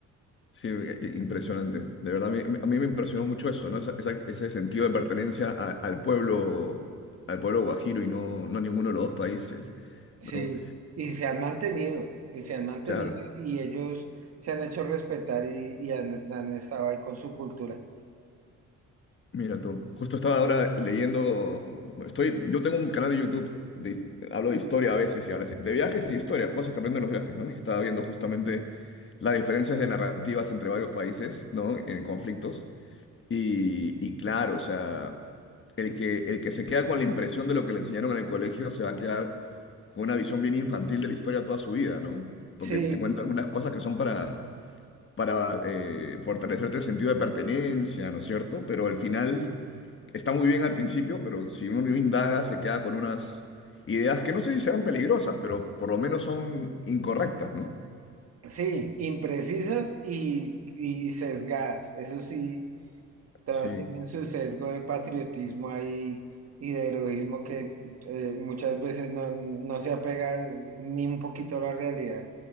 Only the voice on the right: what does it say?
Sí,
y se han mantenido, y se han mantenido
y ellos se han hecho respetar y, y han, han estado ahí con su cultura.
Sí,
sí, imprecisas y, y sesgadas, eso sí, Todas
tienen su sesgo de patriotismo ahí y de heroísmo que eh, muchas veces no, no se apega ni un poquito a la realidad.